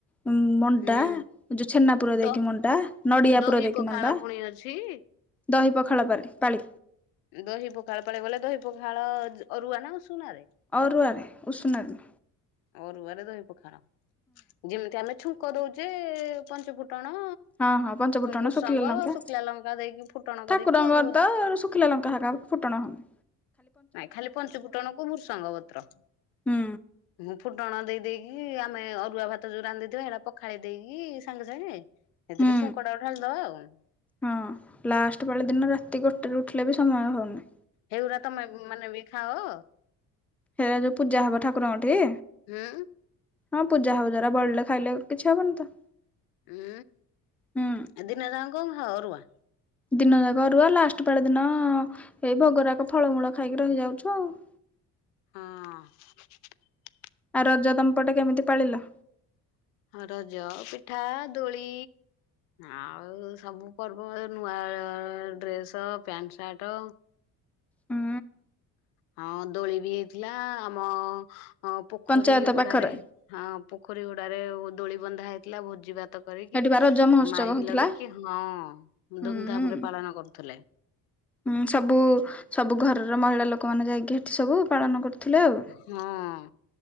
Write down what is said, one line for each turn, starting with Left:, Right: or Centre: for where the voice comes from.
Centre: ଉଁ ମଣ୍ଟା
Left: ହୁଁ
Centre: ଯୋଉ ଛେନା ପୁର ଦେଇକି
Left: ଦ
Centre: ମଣ୍ଟା ନଡିଆ
Left: ଦହି
Centre: ପୁର ଦେଇକି
Left: ପଖାଳ
Centre: ମଣ୍ଟା
Left: ପୁଣି ଅଛି
Centre: ଦହି ପଖାଳ ପରେ ପାଳି
Left: ଦହି ପଖାଳ ପଳେଇ ଗଲେ ଦହି ପଖାଳ ଅରୁଆ ନା ଉଷୁନାରେ?
Centre: ଅଔଆରେ ଉ ସୁ ନରମ
Left: ଅରୁଆରେ ଦହି ପଖାଣ ଯେମିତି ଆମେ ଛୁଙ୍କ ଦଉଛେ ପଞ୍ଚ ଫୁଟ ଫୁଟଣ
Centre: ହଁ ହଁ ପଞ୍ଚଫୁଟଣ
Left: ବୁର୍ସଙ୍ଗ
Centre: ଶୁଖିଲା ଲଙ୍କା
Left: ଶୁଖିଲା ଲଙ୍କା ଦେଇକି ଫୁଟଣ
Centre: ଠାକୁରଙ୍କର
Left: କରିକି ଅରୁଆ
Centre: ତ ଶୁଖିଲା ଲଙ୍କା ହେ ଫୁଟଣା ହନି
Left: ନାଇ ଖାଲି ପଞ୍ଚ ଫୁଟଣ କୁ ଭୃସଙ୍ଗ ପତ୍ର
Centre: ହୁଁ
Left: ମୁଁ ଫୁଟଣ ଦେଇ ଦେଇେଇକି ଆମେ ଅରୁଆ ଭାତ ଯୋଉ ରାନ୍ଧିଥଥିବା ସେଇଟା ପଖାଳି ଦେଇକି ସାଙ୍ଗେ ସାଙ୍ଗେ ସେଥିରୁ
Centre: ହୁଁ
Left: ଛୁ କଡା ଉଠାଣିଦବା ଆଉ।
Centre: ହଁ ଲାଷ୍ଟ ବଳେ ଦିନ ରାତି ଗୋଟେ ର ଉଠିଲେ ବି ସମୟ ହଉନି
Left: ହେଗୁଡ଼ା ତମେ ମାନେ ବି ଖାଅ
Centre: ହେ ଯୋ <unintelligible> ପୂଜା ହବ ଠାକୁରଙ୍କଠି
Left: ହୁଁ
Centre: ହଁ ପୂଜାହଉ ଯୋଗୁଡ଼ା ବଳିଲେ ଖାଇଲେ କିଛି ହବନି ତ
Left: ହୁଁ
Centre: ହୁଁ
Left: ଏ ଦିନେ ସା କଣ ଖ ଅରୁଆ <unintelligible>
Centre: ଦିନ ଯାକ ଅରୁଆ ଲାଷ୍ଟ ପାଳି ଦିନ ଏଇ ଭୋଗରାକ ଫଳମୂଳ ଖାଇକି ରହିଯାଉଛୁ ଆଉ। ହ <inaudible>
Left: ହଁ।
Centre: ଆଉ ରଜ ତମପଟେ କେମିତି ପାଳିଲ
Left: ହଁ ରଜ ପିଠା ଦୋଳି ଆଉ ସବୁ ପର୍ବ ନୂଆ ଡ୍ରେସ ପ୍ୟାଣ୍ଟ ସାର୍ଟ
Centre: ହୁଁ
Left: ହଁ ଦୋଳି ବି ହେଇଥିଲା ଆମ ହଁ ପୋଖରୀ
Centre: ପଞ୍ଚାୟତ
Left: ହୋଡାରେ
Centre: ପାଖରେ
Left: ହଁ ପୋଖରୀ ହୋଡାରେ ଦୋଳି ବନ୍ଧା ହେଇଥିଲା ଭୋଜି ଭାତ କରିକି
Centre: ସେଠି ବା ରଜ ମହୋତ୍ସବ
Left: ମାଇକ
Centre: ହଉଥିଲା
Left: ଲଗେଇକି ହଁ
Centre: ହୁଁ।
Left: ଧୁମଧାମ ରେ ପାଳନ କରୁଥିଲେ
Centre: ହୁଁ ସବୁ ସବୁ ଘରର ମହିଳା ଲୋକମାନେ ଯାଇକି ସେଠି ସବୁ ପାଳନ କରୁଥିଲେ ଆଉ
Left: ହଁ